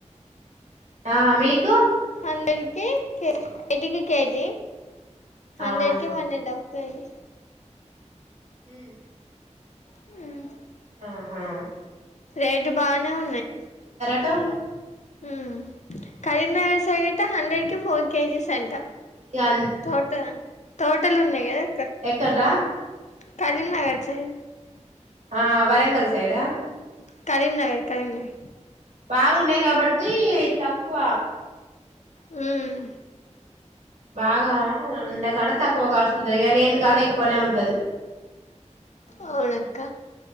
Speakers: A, on the right; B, on the left.
A: ఆ మీకు
B: అందరికీ కేజీ ఎదికి కేజీ హండ్రెడ్కి
A: ఆహా
B: వన్ అండ్ హాఫ్ సరే
A: హ్మ్
B: హ్మ్
A: ఆహా
B: రేటు బానే ఉన్నయ్
A: త
B: హ్మ్ కరీంనగర్ సగంట హండ్రెడ్ కి ఫోర్ కేజీస్ సంట
A: ఇగ అన్
B: తోట టోటల్ ఉన్నాయ్ గదా
A: ఎక్కడ్రా
B: కరీంనగర్ సైడ్
A: ఆ వరంగల్ సైడా
B: కరీంనగర కీంనాగర్
A: బాగున్నాయి కాబట్టి తక్కువ
B: మ్మ్
A: బాగా ఉండే కాడ తక్కువ కాస్ట్ ఉంటంది ఇ లేని కాడ ఎక్కువనే ఉంటది
B: అవునక్క